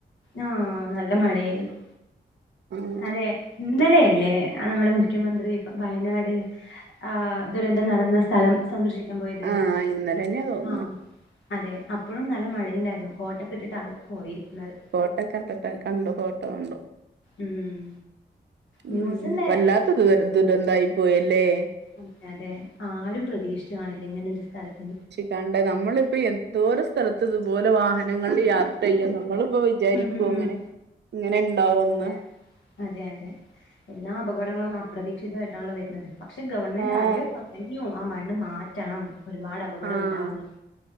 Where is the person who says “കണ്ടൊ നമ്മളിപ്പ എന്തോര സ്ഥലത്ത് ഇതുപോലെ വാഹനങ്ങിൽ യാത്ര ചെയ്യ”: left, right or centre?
Right